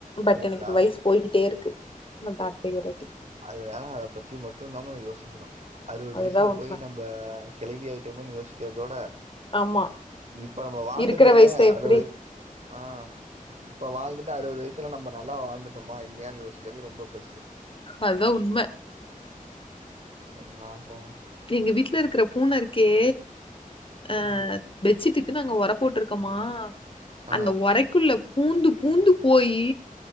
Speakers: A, on the left (about 35°); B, on the right (about 50°).
A: பட்
B: சரிங்களா
A: எனக்கு இப்ப வயசு போய்கிட்டே இருக்கு <unintelligible>
B: அதனால அத பத்தி மட்டு நம யோசிக்கணு அறுவது
A: அதுதா
B: வயசுல
A: உண்ம
B: போயி நம்ம ப்ப கெழவி ஆய்ட்டோமேன்னு யோசிக்கிறதோட
A: ஆமா
B: இப்ப நம்ம வாழ்ந்துட்டோமே
A: இருக்கிற வயசுல எப்டி
B: அறுவது ஆ இப்ப வாழ்ந்துட்டு அறுவது வயசுல நம்ம நல்லா வாழ்ந்துட்டோமா இல்லையானு யோசிக்கிறது ரொம்ப பெருசு
A: அதா உண்ம
B: என்ன போங்க
A: எங்க வீட்ல இருக்குற பூன இருக்கே அ
B: ம்
A: பெச்சிட்டுக்கு நாங்க ஒர போட்ருக்கமா
B: ஆ
A: அந்த ஒரைக்குள்ள பூந்து பூந்து போயி